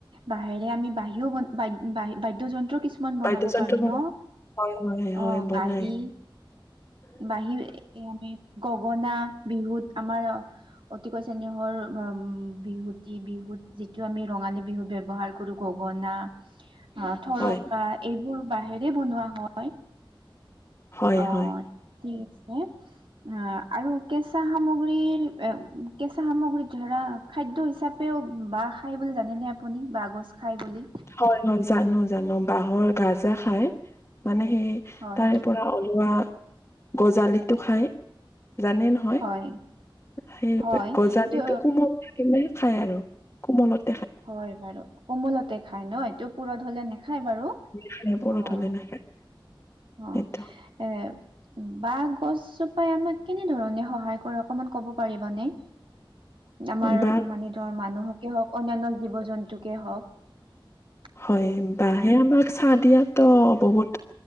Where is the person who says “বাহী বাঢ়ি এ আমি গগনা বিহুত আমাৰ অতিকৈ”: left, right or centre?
Right